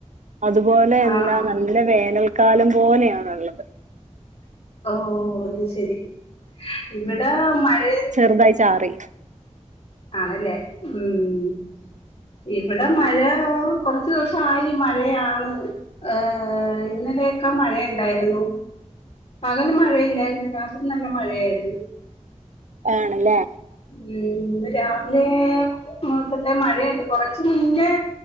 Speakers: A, on the right (about 80°); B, on the left (about 60°).
A: അതുപോലെ എന്താ
B: ആണോ
A: നല്ല വേനൽക്കാലം പോലെയാണ്ള്ളത്
B: ഓ അത് ശെരി ഇവടെ മഴേ
A: ർതായി ചാറി
B: ആണ് ല്ലേ ഉം ഇവടെ മഴ കൊർച്ച് ത്തൂസായി മഴയാണ് ഏ ഇന്നലെ ഒക്കെ മഴണ്ടായിരുന്നു പകല് മഴയില്ലാര്ന്ന് രാത്രി നല്ല മഴയായിര്ന്ന്
A: ആണ് ല്ലേ
B: ഉം ഇന്ന് രാവിലെ നോക്കട്ടെ മഴയൊണ്ട് കൊർച്ച് മുന്നേ